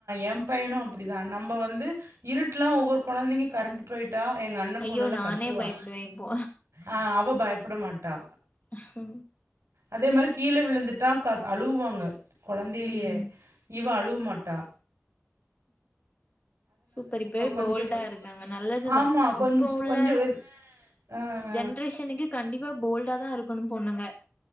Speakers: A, on the right; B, on the left.
A: என் பையனு அப்டிதா நம்ம வந்து இருட்லா ஒவ்வொரு கொழந்தைங்க கரண்ட் போயி ட்டா எங்க அண்ண
B: ஐயோ
A: பொண்ணெல்லா
B: நானே
A: கத்துவா
B: பயப்படுவே இப்போ
A: ஆ அவ பயப்பட மாட்டா
B: ஹ
A: அதே மாரி கீழ விழுந்துட்டா க அழுவாங்க கொழந்தைலயே
B: ம்
A: இவ அழுவமா ட்டா
B: சூப்பர் இப்பவே
A: கொஞ்சம்
B: போல்டா
A: கொ
B: இருக்காங்க நல்லதுதா
A: ஆமா கொஞ்ச
B: இப்போ உள்ள
A: கொஞ்சம் இது ஆ ஆ
B: ஜென்ரேஷனுக்கு கண்டிப்பா போல்டா தா இருக்கன்னு பொண்ணுங்க